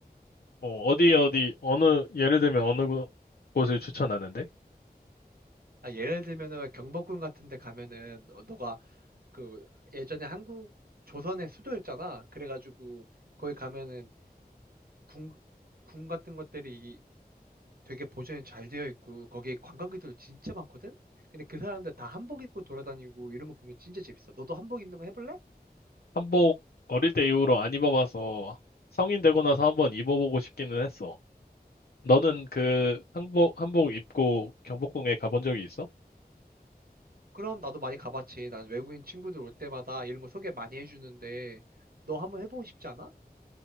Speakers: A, on the left; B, on the right.
A: 어, 어디, 어디, 어느, 예를 들면 어느 곳- 곳을 추천하는데?
B: 아, 예를 들면은 경복궁 같은 데 가면은 너- 너가 그 예전에 한국 조선의 수도였잖아. 그래가지고 거기 가면은 궁, 궁 같은 것들이 되게 보존이 잘 되어 있고 거기 관광객들 진짜 많거든? 근데 그 사람들 다 한복 입고 돌아다니고 이런 거 보면 진짜 재밌어. 너도 한복 입는 거 해볼래?
A: 한복 어릴 때 이후로 안 입어봐서 성인 되고 나서 한번 입어보고 싶기는 했어. 너는 그 한복, 한복 입고 경복궁에 가본 적이 있어?
B: 그럼 나도 많이 가봤지. 난 외국인 친구들 올 때마다 이런 거 소개 많이 해주는데, 너 한번 해보고 싶지 않아?